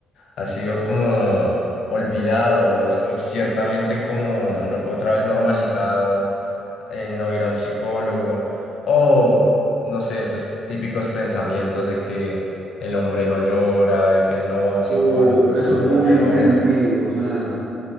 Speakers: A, on the left; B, on the right.
A: ha sido como olvidado o, o ciertamente como no- otra vez normalizado eh, no ir a un psicólogo o, no sé, esos típicos pensamientos de que el hombre no llora, de que no va a un psicólogo
B: Oh, pero
A: solo
B: eso es muy,
A: por ser hombre.
B: muy antiguo. O sea.